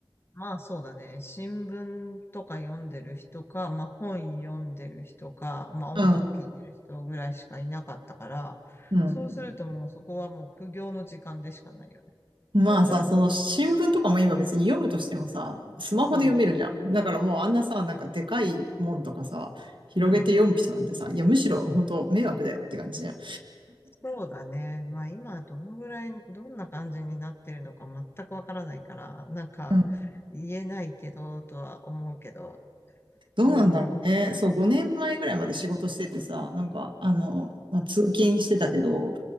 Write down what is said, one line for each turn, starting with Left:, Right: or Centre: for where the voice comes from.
Left: まあそうだね。新聞とか読んでる人か、まあ本読んでる人か、まあ音楽聴いてる人ぐらいしかいなかったから、
Right: うん、うん。
Left: そうするともうそこはもう苦行の時間でしかないよね。
Right: まあさ、
Left: そうすると、
Right: その新聞とかも今別に読むとしてもさ、スマホで読めるじゃん。
Left: うん。
Right: だからもうあんなさ、なんかでかいもんとかさ、広げて読む人なんてさ、
Left: うん。
Right: いやむしろ本当迷惑だよって感じじゃん。
Left: そうだね。まあ今どのぐらい、どんな感じになってるのか全くわからないから、なんか言えないけど、
Right: うん
Left: とは思うけど。
Right: どうなんだろうね。
Left: うん。うん。
Right: そう、5年前ぐらいまで仕事しててさ、なんか、あの、まあ、通勤してたけど、